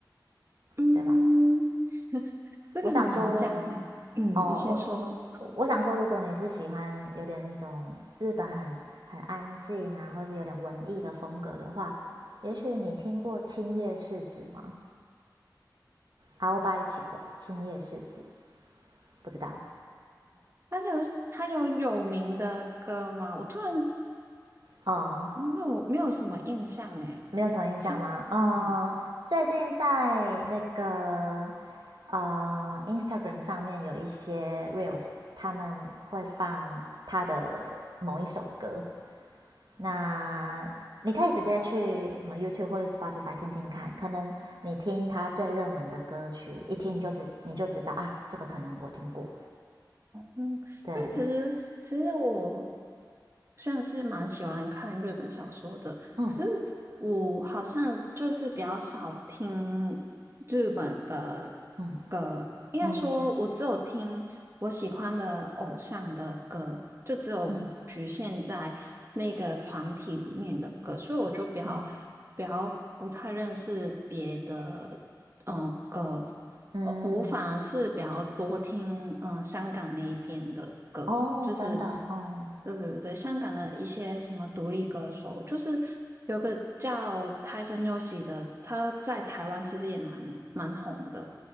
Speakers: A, on the right; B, on the right.
A: 嗯，
B: 对吗？
A: 这个很难讲诶，
B: 我想说，
A: 嗯，
B: 哦，
A: 你先说，
B: 我我我想说，如果你是喜欢有点那种日本很很安静啊，或是有点文艺的风格的话，也许你听过青叶世子吗？阿欧巴伊奇口，青叶世子，不知道
A: 他有他有有名的歌吗？我突然
B: 哦，
A: 没有没有什么印象诶，
B: 没有什么印象吗？
A: 是嗯。
B: 呃，最近在那个呃 Instagram 上面有一些 Reels，他们会放他的某一首歌。那你可以直接去什么 YouTube 或者 Spotify 听听看，可能你听他最热门的歌曲，一听你就知你就知道啊，这个可能我听过。
A: 嗯，
B: 对，
A: 因为其实其实我虽然是蛮喜欢看日本小说的，
B: 嗯
A: 可是我好像就是比较少听日本的
B: 嗯
A: 歌，应该说我只有听我喜欢的偶像的歌，
B: 嗯
A: 就只有局限在那个团体里面的歌，
B: 嗯嗯
A: 所以我就比较
B: 嗯
A: 比较不太认识别的嗯，歌，
B: 嗯，
A: 呃，我反而是比较多听嗯香港那一边的歌，
B: 嗯哦，
A: 就是
B: 真的，嗯，
A: 对对对，香港的一些什么独立歌手，就是有个叫泰森优喜的，他在台湾其实也蛮蛮红的，